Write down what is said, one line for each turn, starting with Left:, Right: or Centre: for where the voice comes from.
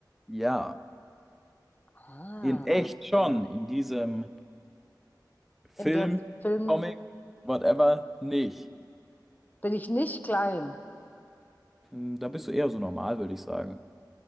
Centre: Ja,
Left: Ah,
Centre: in echt schon, in diesem Film,
Left: in dem Film
Centre: Comic, whatever, nicht.
Left: bin ich nicht klein,
Centre: Hm, Da bist du eher so normal, würde ich sagen.